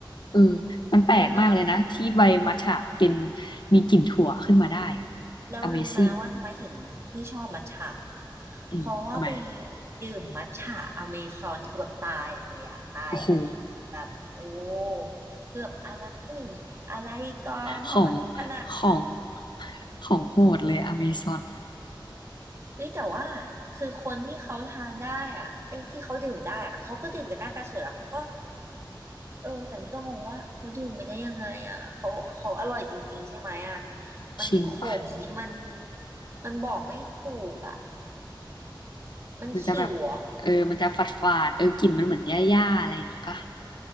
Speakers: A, on the left; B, on the right.
A: เออมันแปลกมากเลยนะที่ใบมัทฉะเป็น
B: เคยเคย
A: มีกลิ่นถั่วขึ้นมาได้อะ
B: แล้วรู้ไหมว่าทำไมถึงไม่ชอบมัทฉะ
A: Amazing อืมทำไม
B: เพราะว่าไปดื่มมัทฉะอเมซอนคือแบบตายเลยอะตายสนิทแบบโอ้
A: โอ้โห
B: คือแบบอะไรอะไรก่อนทำไมขนาด
A: ของของของโหดเลยอเมซอนน่ะ
B: เฮ้ยแต่ว่าคือคนที่เขาทานได้อ่ะไอ้ยที่เขาดื่มได้อะเขาก็ดื่มกันหน้าตาเฉยแล้วเขาก็เออแต่นี่ก็งงว่าเขาดื่มไปได้ยังไงอ่ะเขาเขาอร่อยจริงๆใช่ไหมอ่ะมันขมมัน
A: ชินปะ
B: มันบอกไม่ถูกอ่ะมันขิวเหรอ
A: มันจะแบบเออมันจะฝาดฝาดเออกลิ่นมันเหมือนหญ้าๆอะไรอย่างงี้ปะ